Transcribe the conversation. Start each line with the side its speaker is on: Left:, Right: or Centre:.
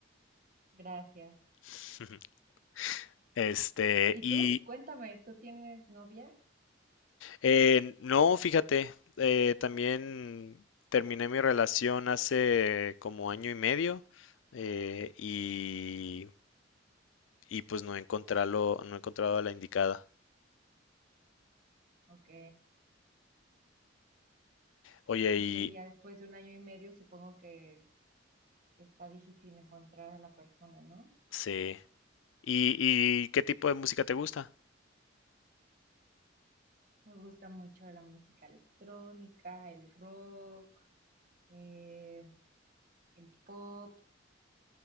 Right: gracias.
Left: <laughs> Este,
Right: ¿Y
Left: y
Right: tú? Cuéntame, ¿tú tienes novia?
Left: eh, no, fíjate, eh, también terminé mi relación hace como año y medio eh, y, y pues no he encontrado, no he encontrado a la indicada.
Right: Ok,
Left: Oye,
Right: pues
Left: y
Right: sí, ya después de un año y medio supongo que, que está difícil encontrar a la persona, ¿no?
Left: sí. ¿Y, y qué tipo de música te gusta?
Right: Me gusta mucho la música electrónica, el rock, eh, el pop,